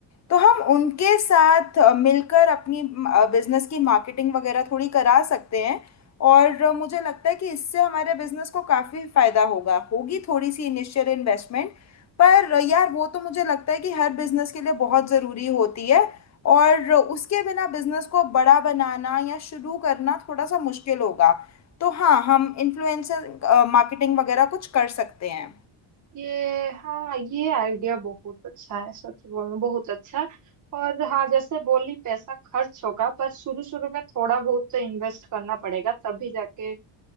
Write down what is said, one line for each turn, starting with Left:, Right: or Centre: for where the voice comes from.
Left: तो हम उनके साथ अ, मिलकर अपनी बिजनेस की मार्केटिंग वगैरह थोड़ी करा सकते हैं और अ, मुझे लगता है कि इससे हमारे बिजनेस को काफ़ी फायदा होगा होगी थोड़ी सी इनिशियल इन्वेस्टमेंट पर अ, यार वो तो मुझे लगता है कि हर बिजनेस के लिए बहुत ज़रूरी होती है और उसके बिना बिजनेस को बड़ा बनाना या शुरू करना थोड़ा सा मुश्किल होगा तो हाँ हम इन्फ्लुएंसर मार्केटिंग वगैरह कुछ कर सकते हैं
Right: ये हाँ ये आइडिया बहुत अच्छा है सच बोलूं बहुत अच्छा और हाँ जैसे बोली पैसा खर्च होगा पर शुरू शुरू में थोड़ा बहुत तो इन्वेस्ट करना पड़ेगा तभी जाके